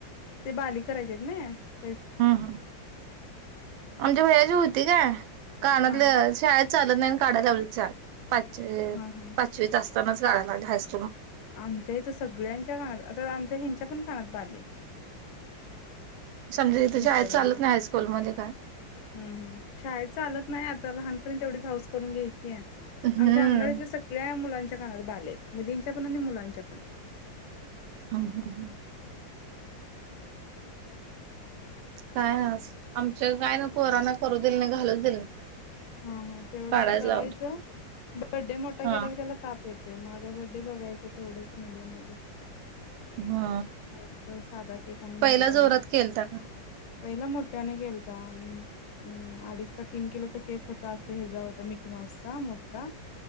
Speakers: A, on the left; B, on the right.
A: ते बाली करायचीयेत नई
B: हम्म हम्म आमच्या भैयाची हूती काय? कानातल
A: हा
B: शाळेत चालत नाही णून काढायला लावलीत चाल पाच
A: हा हा
B: पाचवीत अस हायस्कू
A: आमच्या इथं सगळ्यांच्या कानात अ आता आमच्या हेंच्या पण कानात बालीय.
B: समजा इथे
A: मिस्टरांच्या
B: शाळेत चालत नाही हायस्कूलमध्ये काय
A: हम्म हम्म शाळेत चालत नाही आता लहानपणी तेवढीच हाऊस करून घ्यायची आमच्या
B: हम्म
A: अंगणवाडीतल सगळ्या मुलांच्या नात बाली येत मुलींच्या पण आणि मुलांच्या पण
B: <unintelligible> काय आय आज आमच्या काय ना पोरांना करू दिलं नाही घालूच दिलं नाही.
A: हा हा तेवढं
B: काढायच
A: आता करायचं
B: लावल
A: बड्डे मोठा
B: हा
A: केला की त्याला ताप येतोय माझा बड्डे बघायचा तेवढंच मीडियम मध्ये
B: हा
A: असं साधा केक आणून
B: पहिला
A: घरी कापायचा
B: जोरात केलता का?
A: पहिला मोठ्यानं केलता म म अडीच का तीन किलोचा केक होता असं हे जा होता मिकी माऊसचा मोठा